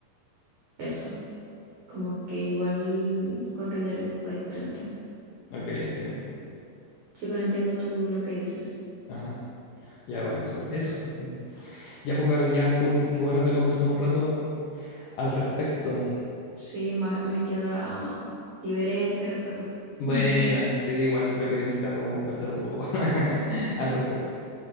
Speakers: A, on the right; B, on the left.
A: eso, como que igual con Rileres fue diferente.
B: Ok, entiendo.
A: Sí, pero entiendo tú lo que dices.
B: Ajá. Ya, bueno, súper. Eso. Ya, poca ya, cool. Qué bueno que conversamos un rato al respecto.
A: Sí, ma- me queda, ah, liberé ese recuerdo.
B: Buena,
A: <laughs>
B: sí, igual creo que necesitaba como conversar un poco <laughs> al respecto.